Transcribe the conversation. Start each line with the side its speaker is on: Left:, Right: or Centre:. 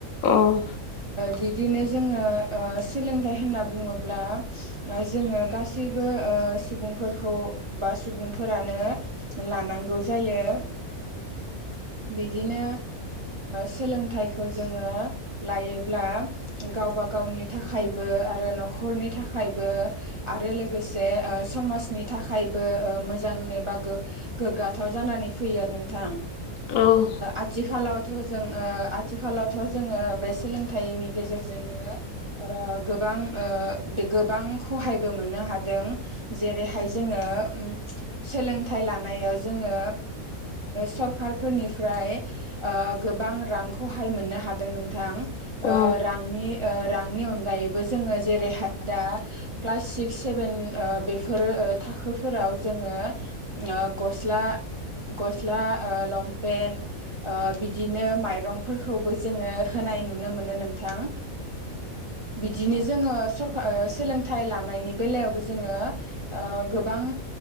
Left: औ
Right: बिदिनो जोङो सोलोंथाइ होनना बुङोब्ला जोङो गासैबो सुबुंफोरखौ बा सुबुंफोरानो लानांगौ जायो बिदिनो सोलोंथाइखौ जोङो लायोब्ला गावबा गावनि थाखायबो आरो न'खरनि थाखायबो आरो लोगोसे समाजनि थाखायबो मोजां एबा गोग्गाथाव जानानै फैयो आरो नोंथां।
Left: औ
Right: आथिखालावथ' जों आथिखालावथ' जोङो बे सोलोंथाइनि गेजेरजोंनो ओ गोबां‌ ओ बे गोबां खहायबो मोननो हादों जेरैहाय जोङो सोलोंथाइ लानायाव जोङो सरखारफोरनिफ्राय गोबां रांखौहाय मोननो हादों नोंथां।
Left: औ
Right: रांनि रांनि अनगायैबो जोङो जेरैहाय दा क्लास सिक्स सेभेन बेफोरो थाखोफोराव जोङो गस्ला गस्ला लंपेनट बिदिनो माइरंफोरखौबो जोङो होनाय नुनो मोनो नोंथां। बिदिनो जोङो सरक सोलोंथाइ लानायनि बेलायावबो जोङो गोबां